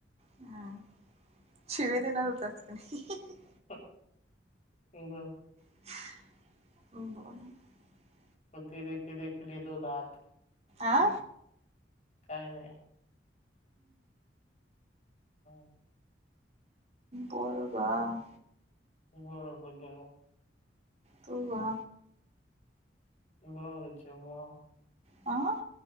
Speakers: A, on the right; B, on the left.
A: हम्म, शिवी दे <unintelligible>
B: हा बर
A: ब
B: ओ तेरे पिले पिले दो दात.
A: आ?
B: काय नाही. <unintelligible>
A: बोल गं.
B: बोल गं.
A: तू बा
B: बघ जेव्हा
A: आ